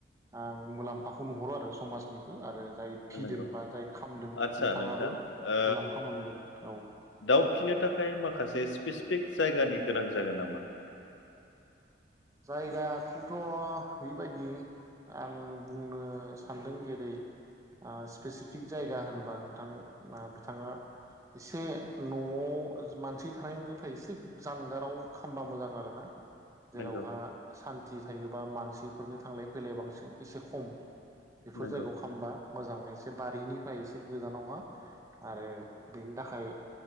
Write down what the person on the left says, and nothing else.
नंगौ
आदसा
नोंथां ओ
दाउ फिनो थाखाय माखासे स्पेसिफिक जायगानि गोनां जागोन नामा?
नंगौ
नंगौ